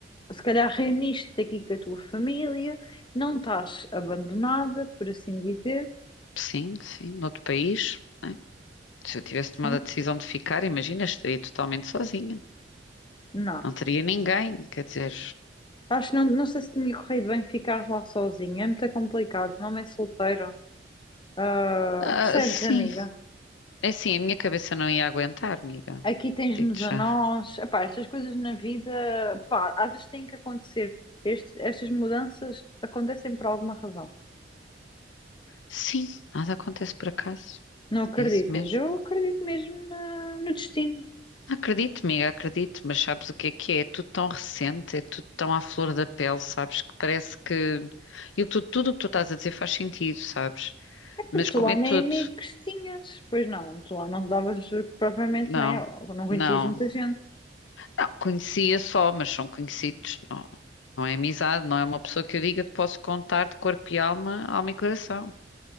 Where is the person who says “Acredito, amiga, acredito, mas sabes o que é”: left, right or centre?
Left